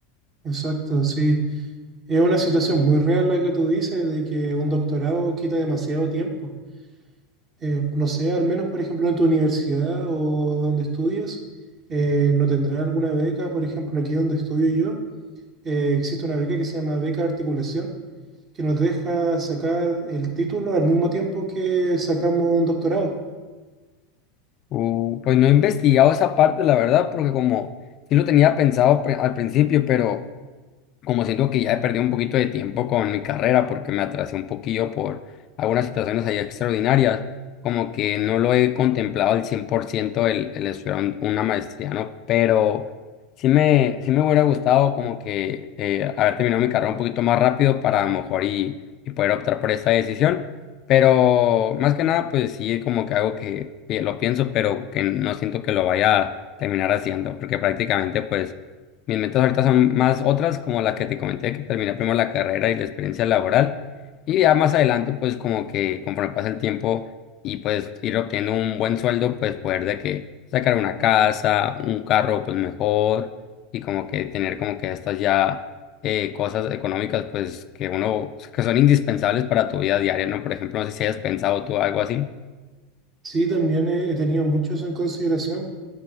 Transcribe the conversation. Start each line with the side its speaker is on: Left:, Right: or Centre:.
Right: Exacto, sí. Es una situación muy real la que tú dices de que un doctorado quita demasiado tiempo. Eh, no sé, al menos por ejemplo en tu universidad o donde estudias, eh, ¿no tendrás alguna beca? Por ejemplo, aquí donde estudio yo, eh, existe una beca que se llama Beca Articulación, que nos deja sacar el título al mismo tiempo que sacamos un doctorado.
Left: Uh, pues no he investigado esa parte, la verdad, porque como sí lo tenía pensado pri- al principio, pero... como siento que ya he perdido un poquito de tiempo con mi carrera porque me atrasé un poquillo por algunas situaciones ahí extraordinarias, como que no lo he contemplado al 100% el, el estudiar un- una maestría, ¿no? Pero sí me, sí me hubiera gustado como que eh, haber terminado mi carrera un poquito más rápido para a lo mejor y, y poder optar por esta decisión. Pero más que nada, pues sí, es como que algo que pi- lo pienso, pero que no siento que lo vaya a terminar haciendo, porque prácticamente, pues mis metas ahorita son más otras, como la que te comenté, que terminar primero la carrera y la experiencia laboral. Y ya más adelante, pues como que conforme pasa el tiempo y pues ir obteniendo un buen sueldo, pues poder de que sacar una casa, un carro, pues mejor. Y como que tener como que estas ya eh, cosas económicas, pues que uno, que son indispensables para tu vida diaria, ¿no? Por ejemplo, no sé si hayas pensado tú algo así.
Right: Sí, también he he tenido mucho eso en consideración